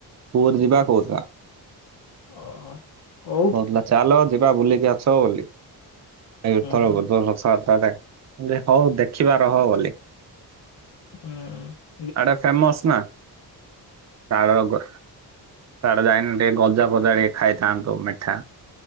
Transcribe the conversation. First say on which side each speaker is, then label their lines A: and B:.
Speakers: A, on the right; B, on the left.
A: ପୁର୍ ଯିବା କହୁଥିଲା।
B: ଅ ଓଉ
A: ବିଲା ଚାଲ ଯିବା ବୁଲିକି ଆସ ବୋଲି ଏଇ ତଳ
B: ହୁଁ
A: ଗୋଦ ଘଷା ଯାତ୍ରା ଟା। ଇନ୍ଦେ ହ ଦେଖିବାରହ ବୋଲି।
B: ହୁଁ।
A: ଆଡା ଫେମସ ନା। ତାଳ ଗୋ ସିଆଡେଯାଇନି ଟିକେ ଗଜାଫଜା ଟିକେ ଖାଇଥାନ୍ତୁ ମିଠା।